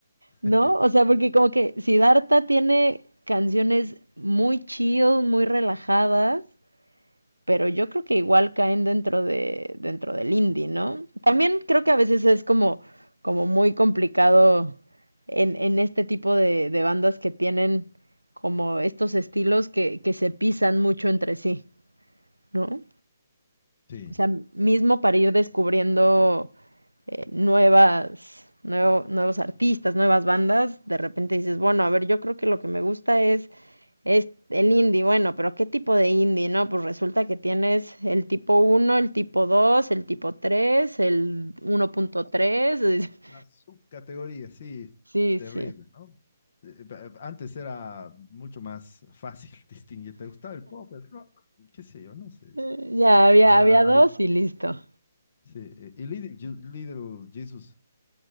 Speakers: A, on the left; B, on the right.
A: <laughs>
B: ¿No? O sea, porque como que Siddhartha tiene canciones muy chill, muy relajadas, pero yo creo que igual caen dentro de, dentro del indie, ¿no? También creo que a veces es como, como muy complicado en, en este tipo de, de bandas que tienen como estos estilos que, que se pisan mucho entre sí, ¿no?
A: sí.
B: O sea, mismo para ir descubriendo eh, nuevas, nuevo- nuevos artistas, nuevas bandas, de repente dices, bueno, a ver, yo creo que lo que me gusta es, es el indie, bueno, pero ¿qué tipo de indie, no? Pues resulta que tienes el tipo uno el tipo 2 el tipo 3 el 1.3, <laughs>
A: La subcategoría, sí,
B: sí,
A: terrible,
B: sí,
A: ¿no? Eh, ba- Antes era mucho más fácil <laughs> distinguir. ¿Te gustaba el pop, el rock? ¿Qué sé yo? No sé.
B: eh, ya había,
A: Ahora
B: había
A: hay.
B: dos y listo.
A: Sí. eh, Y Little, Ju- Little Jesus.